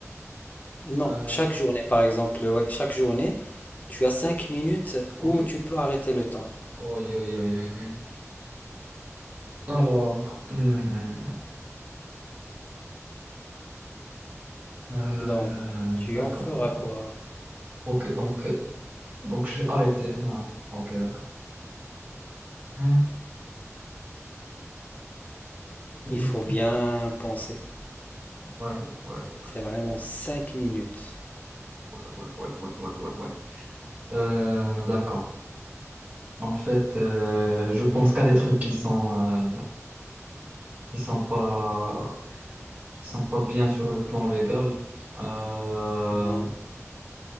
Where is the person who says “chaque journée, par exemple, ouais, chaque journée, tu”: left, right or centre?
Left